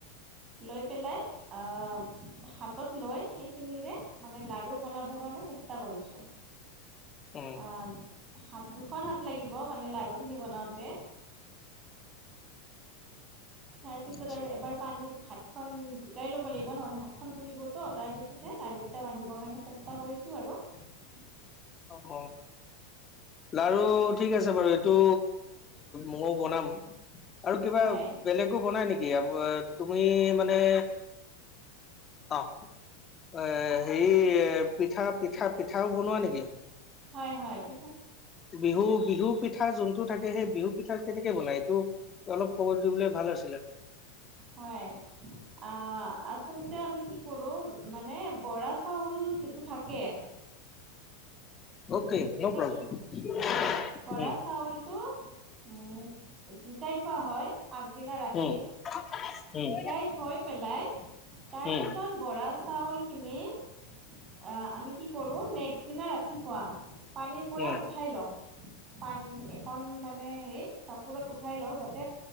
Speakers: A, on the right; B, on the left.
A: লৈ পেলাই আহ হাতত লৈ সেই খিনিৰে মানে লাডাৰু বনাবৰ কাৰণে চেষ্টা কৰিছো
B: উম
A: অ হাত দুখন হাত লাগিব মানে লাৰু খিনি বনাওঁতে তাৰ পিছত
B: আচ্ছা
A: আৰু এবাৰ পানীত হ খন জিকাই লব লাগিব নহলে হাতখনন পুৰিবতো তাৰ পিছহে লাৰু কেইটা বানধিবৰ কাৰণে চেষ্টা কৰিছো আৰু আৰু
B: আহ লাৰু ঠিক আছে বাৰু এইটো ময়ো বনাম আৰু কিবা
A: হয়
B: বেলেগো বনাই নেকি তুমি মানে অ এ হেই পিঠা পিঠা পিঠাও বনোৱা নেকি
A: হয় হয় প
B: বিহু বিহু পিঠা যোনটো থাকে সেই বিহু পিঠা কেনেকে বনাই টো অলপ খবৰ দি বলে ভাল আছিলে।
A: হয়। আ আচলতে আমি কি কৰো মানে বৰা চাউল যিটো থাকে কে
B: অকে ন' প্ৰব্লেম
A: কি বৰা
B: উম,
A: চাউলটো উম জিকাই থোৱা হয় আগদিনা ৰাতি
B: উম, উম।
A: জিকাই থৈ পেলাই তাৰ
B: উম,
A: পিছত বৰা চাউল খিনি অ, আমি কি কৰো নেক্সট দিনা ৰাতিপুৱা পানীৰ পৰা
B: উম,
A: উঠাই লওঁ পান এখন মানে হেৰি কাপোৰত উঠাই লওঁ যাতে